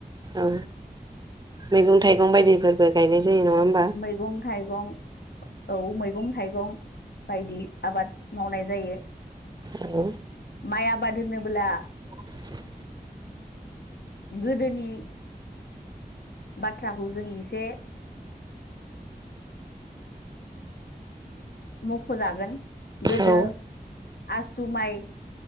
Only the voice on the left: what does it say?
मैगं थाइगं औ मैगं थाइगं बायदि आबाद मावनाय जायो
माइ आबाद होनोबोला
<inaudible> गोदोनि बाथ्राखौ जों एसे मख जागोन गोदो
आसु माइ